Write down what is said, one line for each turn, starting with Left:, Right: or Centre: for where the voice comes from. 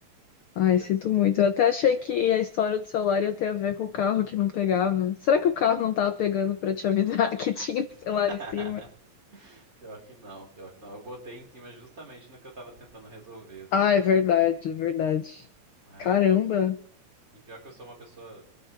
Left: Ai,
Right: Eu...
Left: sinto muito. Eu até achei que a história do celular ia ter a ver com o carro que não pegava. Será que o carro não tava pegando pra te avisar <laughs> que tinha o celular
Right: <laughs>
Left: em cima?
Right: Pior que não, pior que não. Eu botei em cima justamente no que eu tava tentando resolver, assim,
Left: Ah,
Right: o problema.
Left: é verdade, é verdade.
Right: Ai,
Left: Caramba,
Right: mas E pior que eu sou uma pessoa,